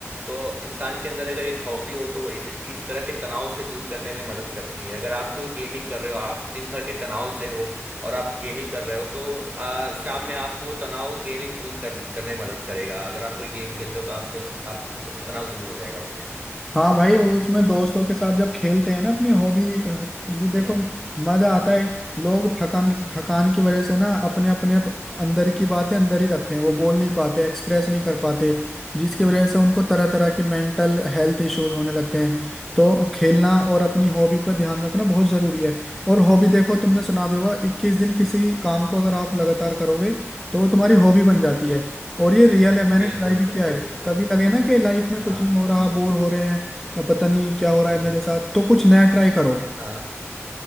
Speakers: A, on the right; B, in the centre.
A: तो इंसान के अंदर अगर एक हॉबी हो तो वो इस इस तरह के तनाव से दूर करने में मदद करती है अगर आप कोई गेमिंग कर रहे हो आप दिन भर के तनाव से हो और आप गेमिंग कर रहे हो तो आ, शाम में आपको वो तनाव गेमिंग दूर कर, करने में मदद करेगा अगर आप कोई गेम खेलते हो तो आपसे उस, आप उसका तनाव दूर हो जाएगा उससे
B: हाँ भाई उसमें दोस्तों के साथ जब खेलते हैं ना अपनी हॉबी भी
A: हम्म
B: देखो मजा आता है लोग थकान थकान की वजह से ना अपने अपने अप- अंदर की बातें अंदर ही रखते हैं वो बोल नहीं पाते एक्सप्रेस नहीं कर पाते जिसकी वजह से उनको तरह तरह की मेंटल हेल्थ इश्यूज होने लगते हैं तो खेलना और अपनी हॉबी पर ध्यान रखना बहुत जरूरी है और हॉबी देखो तुमने सुना भी होगा इक्कीस दिन किसी काम को अगर आप लगातार करोगे तो वो तुम्हारी हॉबी बन जाती
A: हम्म
B: है और ये रियल है मैंने
A: बिल्कुल
B: ट्राई भी
A: बिल्कुल
B: किया है
A: बिल्कुल
B: कभी लगे ना कि लाइफ में
A: हाँ
B: कुछ नहीं हो रहा बोर हो रहे हैं या पता नहीं क्या हो रहा
A: हम्म
B: है मेरे साथ तो कुछ नया ट्राई करो
A: हाँ